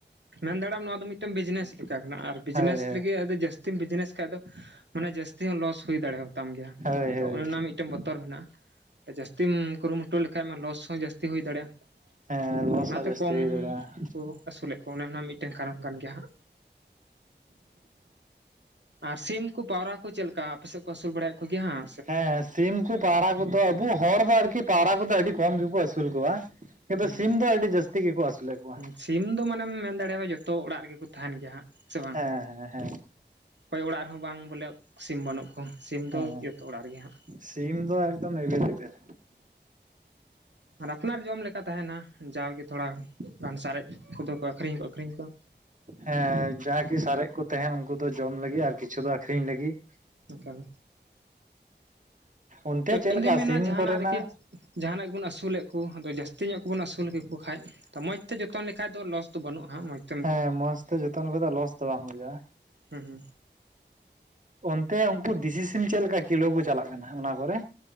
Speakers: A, on the right (about 75°); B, on the right (about 45°).
A: ᱢᱮᱱ ᱫᱟᱲᱮᱭᱟᱜᱢ ᱱᱚᱶᱟ ᱫᱚ ᱢᱤᱫᱴᱟᱝ ᱵᱤᱡᱽᱱᱮᱥ ᱞᱮᱠᱟ ᱠᱟᱱᱟ ᱟᱨ ᱵᱤᱡᱽᱱᱮᱥ
B: ᱦᱳᱭ ᱦᱳᱭ
A: ᱞᱟᱹᱜᱤᱫ ᱟ ᱡᱟᱹᱥᱛᱤ ᱛᱤᱢ ᱵᱤᱡᱽᱱᱮᱥ ᱠᱷᱟᱡ ᱫᱚ ᱢᱟᱱᱮ ᱡᱟᱹᱥᱛᱤ ᱦᱚᱸ ᱞᱚᱥ ᱦᱩᱭ ᱫᱟᱲᱮᱭᱟᱛᱟᱢ ᱜᱮᱭᱟ
B: ᱦᱳᱭ
A: ᱚᱱᱮ
B: ᱦᱳᱭ
A: ᱚᱱᱟ ᱨᱮᱱᱟᱜ ᱢᱤᱫ ᱴᱮᱱ ᱵᱚᱛᱚᱨ ᱢᱮᱱᱟᱜᱼᱟ ᱡᱟᱹᱥᱛᱤᱢ ᱠᱩᱨᱩᱢᱴᱩ ᱞᱮᱠᱷᱟᱡ ᱢᱟ ᱞᱚᱥ ᱦᱚᱸ ᱡᱟᱹᱥᱛᱤ ᱦᱩᱭ ᱫᱟᱲᱮᱭᱟᱜᱼᱟ
B: ᱦᱮᱸ
A: ᱟᱫᱚ
B: ᱞᱚᱥ
A: ᱚᱱᱟᱛᱮ
B: ᱦᱚᱸ ᱡᱟᱹᱥᱛᱤ
A: ᱠᱚᱢ
B: ᱦᱩᱭ ᱫᱟᱲᱮᱭᱟᱜᱼᱟ
A: ᱠᱚ ᱟᱹᱥᱩᱞᱮᱫ ᱠᱚᱣᱟ ᱚᱱᱮ ᱚᱱᱟ ᱨᱮᱱᱟᱜ ᱢᱤᱫᱴᱮᱱ ᱠᱟᱨᱚᱱ ᱠᱟᱱ ᱜᱮᱭᱟ ᱦᱟᱸᱜ ᱟᱨ ᱥᱤᱢ ᱠᱚ ᱯᱟᱣᱨᱟ ᱠᱚ ᱪᱮᱫᱞᱮᱠᱟ ᱟᱯᱮ ᱥᱮᱫ ᱠᱚ ᱟᱹᱥᱩᱞ ᱵᱟᱲᱟᱭᱮᱫ ᱠᱚᱜᱮᱭᱟ ᱦᱮᱸ
B: ᱦᱮᱸ ᱥᱤᱢ ᱠᱚ ᱯᱟᱣᱨᱟ ᱠᱚᱫᱚ ᱟᱵᱚ ᱦᱚᱲ ᱫᱚ ᱟᱨᱠᱤ ᱯᱟᱣᱨᱟ ᱠᱚᱫᱚ ᱟᱹᱰᱤ ᱠᱚᱢ ᱜᱮᱠᱚ ᱟᱹᱥᱩᱞ ᱠᱚᱣᱟ ᱛᱚᱵᱮ
A: ᱦᱩᱸ
B: ᱥᱤᱢ ᱫᱚ ᱟᱹᱰᱤ ᱡᱟᱹᱥᱛᱤ ᱜᱮᱠᱚ ᱟᱹᱥᱩᱞᱮᱫ ᱠᱚᱣᱟ
A: ᱦᱩᱸ ᱥᱤᱢ ᱫᱚ ᱢᱟᱱᱮᱢ ᱢᱮᱱ ᱫᱟᱲᱮᱭᱟᱜᱼᱟ ᱡᱚᱛᱚ ᱚᱲᱟᱜ ᱨᱮᱜᱮ ᱠᱚ ᱛᱟᱦᱮᱱ ᱜᱮᱭᱟ ᱦᱟᱸᱜ ᱥᱮ ᱵᱟᱝ?
B: ᱦᱮᱸ ᱦᱮᱸ ᱦᱮᱸ
A: ᱚᱠᱚᱭ ᱚᱲᱟᱜ ᱨᱮᱦᱚᱸ ᱵᱟᱝ ᱵᱚᱞᱮ ᱥᱤᱢ ᱵᱟᱹᱱᱩᱜ ᱠᱚᱣᱟ ᱥᱤᱢ ᱫᱚ
B: ᱦᱮᱸ
A: ᱡᱚᱛᱚ ᱚᱲᱟᱜ ᱨᱮᱜᱮ ᱦᱟᱸᱜ
B: ᱥᱤᱢ ᱫᱚ ᱮᱠᱫᱚᱢ ᱮᱵᱮᱞᱮᱵᱮᱞ
A: ᱟᱨ ᱟᱯᱱᱟᱨ ᱡᱚᱢ ᱞᱮᱠᱟ ᱛᱟᱦᱮᱱᱟ ᱡᱟᱣᱜᱮ ᱛᱷᱚᱲᱟ ᱜᱟᱱ ᱥᱟᱨᱮᱡ ᱠᱚᱫᱚ ᱠᱚ ᱟᱹᱷᱨᱤᱧ ᱠᱚ ᱟᱹᱠᱷᱨᱤᱧ ᱠᱚᱣᱟ
B: ᱦᱮᱸ ᱡᱟᱜᱤ ᱥᱟᱨᱮᱡ ᱠᱚ ᱛᱟᱦᱮᱱ ᱩᱱᱠᱩ ᱫᱚ ᱡᱚᱢ ᱞᱟᱹᱜᱤᱫ ᱟᱨ ᱠᱤᱪᱷᱩ ᱫᱚ ᱟᱠᱷᱨᱤᱧ ᱞᱟᱹᱜᱤᱫ
A: ᱮᱠᱟᱞ
B: ᱚᱱᱛᱮ
A: ᱛᱚ
B: ᱪᱮᱫᱞᱮᱠᱟ
A: ᱤᱧ ᱫᱩᱧ ᱢᱮᱱᱟ
B: ᱥᱤᱢ
A: ᱡᱟᱦᱟᱱᱟᱜ
B: ᱠᱚᱨᱮᱱᱟᱜ?
A: ᱨᱮᱜᱮ ᱡᱟᱦᱟᱱᱟᱜ ᱜᱮᱵᱚᱱ ᱟᱹᱥᱩᱞᱮᱫ ᱠᱚ ᱟᱫᱚ ᱡᱟᱹᱥᱛᱤ ᱧᱚᱜ ᱠᱚᱵᱚᱱ ᱟᱹᱥᱩᱞ ᱠᱮᱠᱚ ᱠᱷᱟᱡ ᱛᱚ ᱢᱚᱡᱽ ᱛᱮ ᱡᱚᱛᱚᱱ ᱞᱮᱠᱷᱟᱡ ᱫᱚ ᱞᱚᱥ ᱫᱚ ᱵᱟᱹᱱᱩᱜᱼᱟᱟᱸᱜ ᱢᱚᱡᱽ ᱛᱮ
B: ᱦᱮᱸ ᱢᱚᱸᱡ ᱛᱮ ᱡᱚᱛᱚᱱ ᱠᱟᱛᱮ ᱞᱚᱥ ᱫᱚ ᱵᱟᱝ ᱦᱩᱭᱩᱜᱼᱟ
A: ᱦᱩᱸ ᱦᱩᱸ
B: ᱚᱱᱛᱮ ᱩᱱᱠᱩ ᱫᱤᱥᱤ ᱥᱤᱢ ᱪᱮᱫ ᱞᱮᱠᱟ ᱠᱤᱞᱟᱹ ᱠᱚ ᱪᱟᱞᱟᱜ ᱠᱟᱱᱟ ᱚᱱᱟ ᱠᱚᱨᱮ